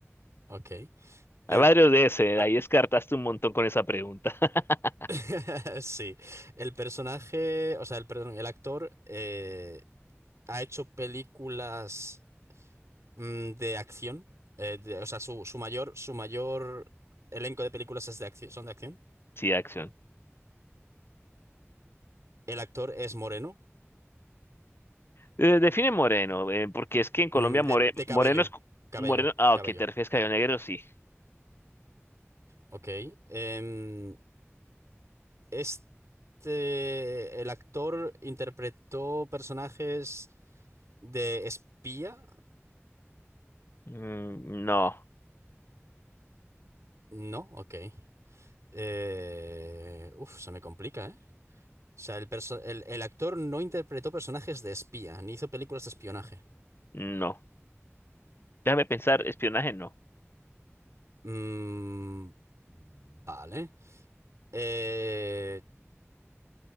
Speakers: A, on the right; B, on the left.
A: Ok.
B: Hay
A: El...
B: varios de ese.
A: ah,
B: Ahí descartaste un montón con esa pregunta. <laughs>
A: <laughs> sí. El personaje, o sea, el, perdón, el actor eh, ha hecho películas mm, de acción. Eh, de- o sea, su, su mayor, su mayor elenco de películas es de acción, son de acción.
B: Sí, acción.
A: El actor es moreno.
B: Eh, define moreno, eh, porque es que en Colombia
A: Mm,
B: more-
A: de, de cabello,
B: moreno es... co-
A: cabello,
B: Moreno... Ah,
A: cabello.
B: ok, ¿te refieres a cabello negro? Sí.
A: Ok. Em, este, el actor interpretó personajes de espía.
B: Mm, no,
A: No, ok. Eh, uf, se me complica, ¿eh? O sea, el, perso- el, el actor no interpretó personajes de espía, ni hizo películas de espionaje.
B: no. Déjame pensar, espionaje no.
A: Mm, vale. Eh,